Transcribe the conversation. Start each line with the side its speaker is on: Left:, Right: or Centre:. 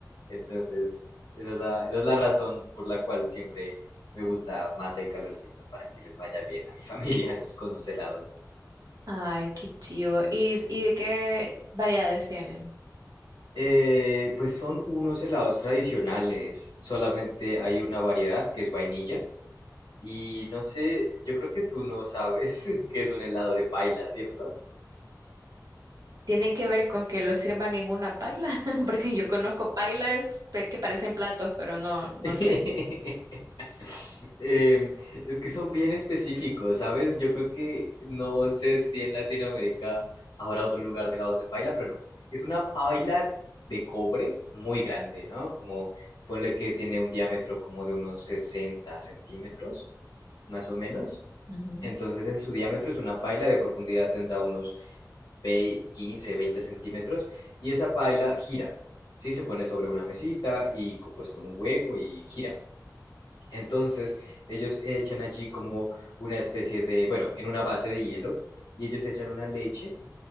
Left: Entonces esa es la, esa es la razón por la cual siempre me gusta más el calorcito, para que les vaya bien a mi familia <laughs> sus- con sus helados.
Right: Ay, qué chido. ¿Y, y de qué variedades tienen?
Left: Eh, pues son unos helados tradicionales, solamente hay una variedad que es vainilla y no sé, yo creo que tú no sabes <laughs> que es un helado de paila, ¿cierto?
Right: ¿Tienen que ver con que lo sirvan en una paila? <laughs> Porque yo conozco pailas pe- que parecen platos, pero no, no
Left: <laughs>
Right: sé.
Left: Eh, es que son bien específicos, ¿sabes? Yo creo que no sé si en Latinoamérica habrá otro lugar de lados de paila, pero no. Es una paila de cobre muy grande, ¿no? Como ponle que tiene un diámetro como de unos 60 centímetros, más o menos.
Right: Ujú.
Left: Entonces eh, su diámetro es una paila, de profundidad tendrá unos vei- 15, 20 centímetros y esa paila gira, ¿sí? Se pone sobre una mesita y co- pues con un hueco y gira. Entonces, ellos echan allí como una especie de, bueno, en una base de hielo, y ellos echan una leche